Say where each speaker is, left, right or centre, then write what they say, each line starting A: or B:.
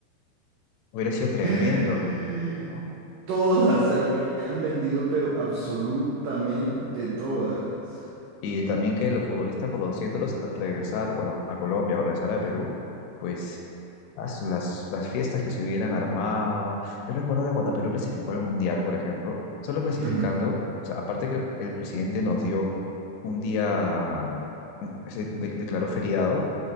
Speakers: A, on the left (about 80°); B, on the right (about 80°).
A: hubiera sido tremendo.
B: <laughs>
A: ¿no?
B: Todas <laughs> se habrían vendido, pero absolutamente todas.
A: Y también que los futbolistas conociéndolos al regresar, bueno, a Colombia o regresar a Perú, pues ah, las, las fiestas que se hubieran armado. Yo recuerdo que cuando Perú clasificó al Mundial, por ejemplo, solo clasificando,
B: Ujú.
A: o sea, aparte que el, el presidente nos dio un día, mm, se de- declaró feriado,